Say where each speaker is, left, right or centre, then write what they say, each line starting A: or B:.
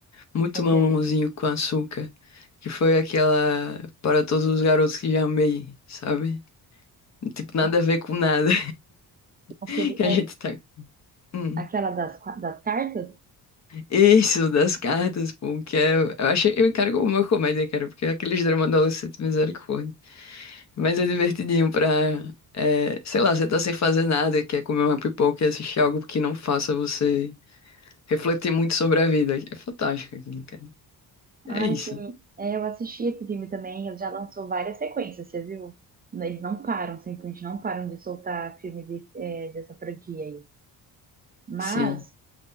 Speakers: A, on the left; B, on the right.
A: muito
B: Qual
A: mamãozinho
B: que é?
A: com açúcar, que foi aquela Para Todos os Garotos que Já Amei, sabe? Tipo, nada
B: Ah,
A: a ver com nada
B: Aquele,
A: <laughs> que
B: é,
A: a gente tá. Hum.
B: aquela das, qua- das cartas?
A: Isso, das cartas, pô, que é, eu achei, eu encaro como uma comédia, cara, porque é aqueles dramas adolescentes, misericórdia. Mas é divertidinho pra, é, sei lá, você tá sem fazer nada, quer comer uma pipoca e assistir algo que não faça você refletir muito sobre a vida. É fantástico aquilo, cara. É
B: Ai,
A: isso.
B: sim. É, eu assisti esse filme também. Ele já lançou várias sequências, você viu? Eles não param, simplesmente não param de soltar filme de- é, dessa franquia aí. Mas
A: Sim.